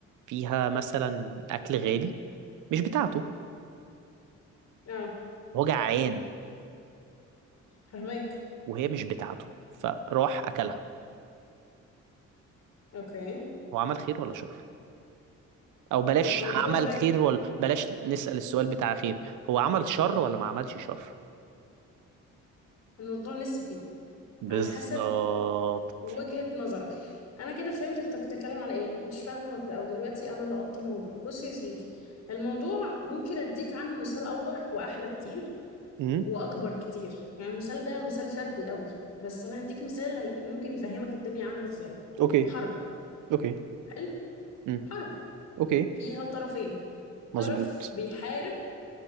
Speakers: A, on the right; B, on the left.
A: فيها مثلا أكل غالي مش بتاعته
B: اه
A: هو جعان
B: فهمك
A: وهي مش بتاعته فراح أكلها
B: اوكي
A: هو عمل خير ولا شر أو بلاش
B: الموضوع
A: عمل
B: زي
A: خير ولا بلاش نسأل السؤال بتاع خير هو عمل شر ولا ما عملش شر
B: الموضوع نسبي
A: بالظبط
B: على حسب وجهة نظرك انا كده فهمت انت بتتكلم على ايه انا ما كنتش فاهمة في الاول دلوقتي انا لقطت الموضوع بص يا سيدي الموضوع ممكن اديك عنه مثال اوضح واحلى كتير
A: امم
B: واكبر كتير يعني المثال ده مثال فردي قوي بس انا هديك مثال هي- ممكن يفهمك الدنيا عاملة ازاي
A: اوكي
B: حرب
A: اوكي
B: حلو
A: امم
B: حرب
A: اوكي
B: فيها طرفين
A: مظبوط
B: طرف بيحارب